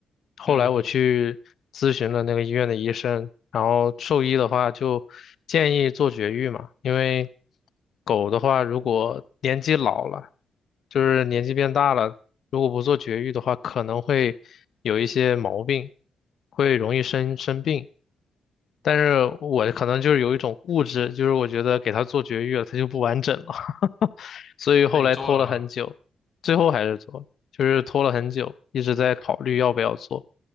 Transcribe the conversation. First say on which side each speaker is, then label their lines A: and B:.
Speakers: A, on the left (about 70°); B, on the left (about 40°).
A: 后来我去咨询了那个医院的医生，
B: 嗯，
A: 然后兽医的话就建议做绝育嘛，因为狗的话如果年纪老了，就是年纪变大了，如果不做绝育的话，可能会有一些毛病，会容易生生病。但是我可能就是有一种固执，就是我觉得给它做绝育了，它就不完整了，<laughs> 所以后来拖了很久，
B: 那你做了吗？
A: 最后还是做了就是拖了很久，一直在考虑要不要做，